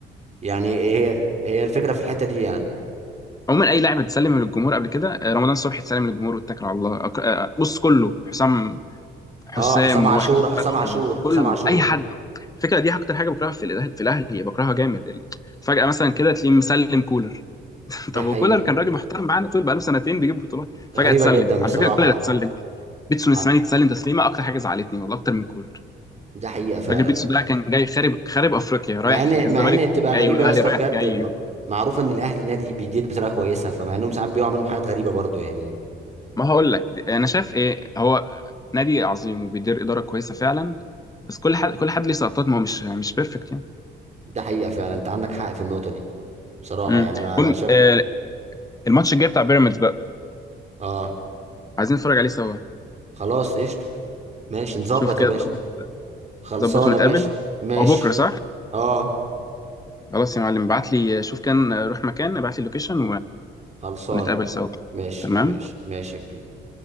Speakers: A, on the right; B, on the left.
A: يعني إيه هي هي الفكرة في الحتة دي يعني
B: عموما اي لاعب اتسلم للجمهور قبل كده آه، رمضان صبحي اتسلم للجمهور واتكل على الله أك- آه، بص كله حسام حسام
A: اه حسام عاشور
B: واحمد
A: حسام
B: فتحي
A: عاشور حسام
B: كله
A: عاشور
B: اي حد الفكره دي اكتر حاجه بكرهها في الاهلي في الاهلي بكرهها جامد ال- فجاه مثلا كده تلاقيه مسلم كولر <laughs>
A: ده
B: طب
A: حقيقة
B: وكولر كان راجل محترم معانا طول بقاله سنتين بيجيب بطولات فجاه
A: غريبة
B: اتسلم
A: جدا بصراحة
B: على فكره كولر اتسلم بيتسون السماني
A: عر-
B: اتسلم تسليمه اكتر حاجه زعلتني والله اكتر من كولر
A: ده حقيقة فعلا
B: راجل بيتسو ده كان جاي خارب خارب افريقيا رايح
A: مع ان
B: الزمالك
A: مع ان بتبقى
B: جاي
A: غريبة
B: والاهلي
A: يا اسطى
B: رايح
A: بجد
B: جاي
A: م- معروف ان الاهلي نادي بيدير بطريقة كويسة فمع انهم ساعات بيقعوا منهم حاجات غريبة برضو يعني
B: ما هقول لك دي- انا شايف ايه هو نادي عظيم وبيدير اداره كويسه فعلا بس كل حد كل حد ليه سقطات ما هو مش مش بيرفكت يعني
A: ده حقيقة فعلا انت عندك حق في النقطة دي بصراحة
B: امم
A: يعني انا انا
B: المهم،
A: شايف
B: آه، الماتش الجاي بتاع بيراميدز بقى
A: اه
B: عايزين نتفرج عليه سوا
A: خلاص قشطة ماشي نظبط
B: شوف كده
A: يا باشا
B: ظبط
A: خلصانة
B: ظبط ونتقابل
A: ماشي ماشي
B: هو بكره صح
A: اه
B: خلاص يا معلم ابعت لي شوف كان آه، روح مكان ابعت لي اللوكيشن
A: خلصانة
B: ونتقابل سوا
A: ماشي
B: تمام
A: ماشي ماشي يا كبير